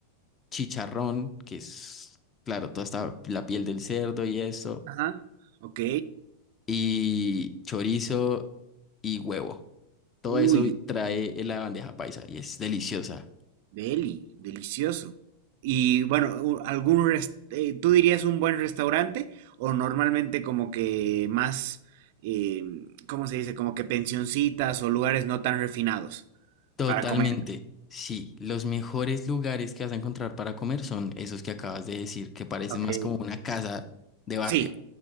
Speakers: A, on the left; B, on the right.
A: chicharrón, que es, claro, toda esta, la piel del cerdo y eso,
B: Ajá. Ok.
A: y chorizo y huevo. Todo
B: Uy,
A: eso trae en la bandeja paisa y es deliciosa.
B: Deli, delicioso. Y bueno, u- algún res- eh, ¿tú dirías un buen restaurante o normalmente como que más, eh, ¿cómo se dice? Como que pensioncitas o lugares no tan refinados
A: Totalmente.
B: para comer.
A: Sí, los mejores lugares que vas a encontrar para comer son esos que acabas de decir, que parecen
B: Ok.
A: más como una casa de barrio.
B: Sí.